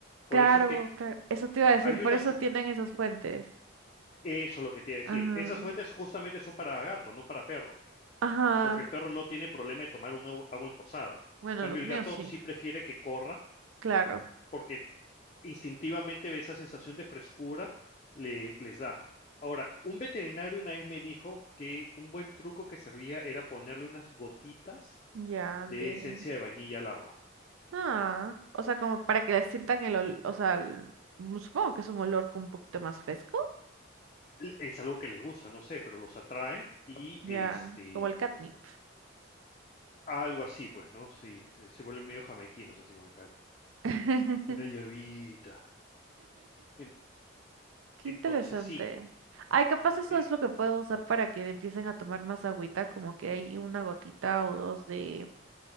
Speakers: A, on the left; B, on the right.
A: Por
B: Claro,
A: eso es que
B: claro. Eso te iba a decir,
A: hay
B: por
A: unas...
B: eso
A: fu-
B: tienen esos puentes.
A: Eso es lo que te iba a decir.
B: Ajá,
A: Esas fuentes justamente son para gato, no para perro.
B: ajá.
A: porque el perro no tiene problema de tomar un agua agua en posada.
B: Bueno,
A: En cambio,
B: los
A: el
B: míos
A: gato
B: sí,
A: sí prefiere que corra
B: claro.
A: porque instintivamente ve esa sensación de frescura le, les da. Ahora, un veterinario una vez me dijo que un buen truco que servía era ponerle unas gotitas
B: Ya,
A: de
B: de.
A: esencia de vainilla al agua.
B: Ah, o sea, como para que le sientan el olor, o sea, el- mm, supongo que es un olor con un poquito más fresco.
A: Le- Es algo que les gusta, no sé, pero los atrae y
B: Ya,
A: este,
B: como el catnip.
A: algo así, pues, ¿no? Sí, se, se vuelven medio jamaiquinos, así como el candy.
B: <laughs>
A: Una hierbita. En-
B: Qué
A: entonces,
B: interesante.
A: sí.
B: Ay, capaz eso
A: e-
B: es lo que puedo usar para que empiecen a tomar más agüita, como que hay una gotita o dos de,